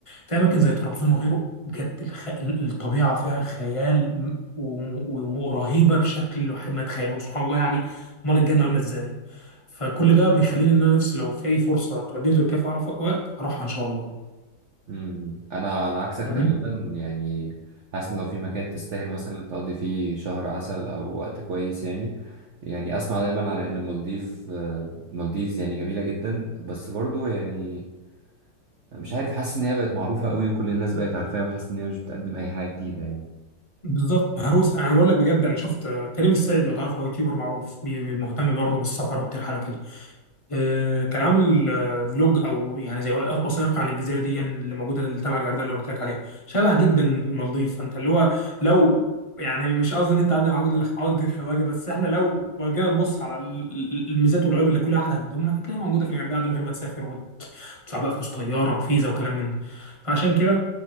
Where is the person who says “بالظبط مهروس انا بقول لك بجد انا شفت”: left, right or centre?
Left